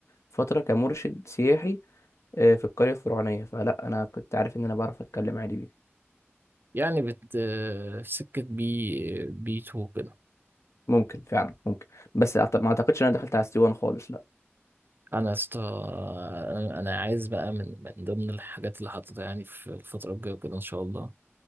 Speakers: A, on the left; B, on the right.
A: فترة كمرشد سياحي آه، في القرية الفرعونية فلا أنا كنت عارف إن أنا بعرف أتكلم عادي بيه
B: يعني بت آه، سكة بي بي 2 كده
A: ممكن فعلا ممكن بس أعت- ما أعتقدش إن أنا دخلت على السيوان خالص
B: انا يا اسطى انا أنا عايز بقى من من ضمن الحاجات اللي حاططها يعني في الفترة الجاية كده ان شاء الله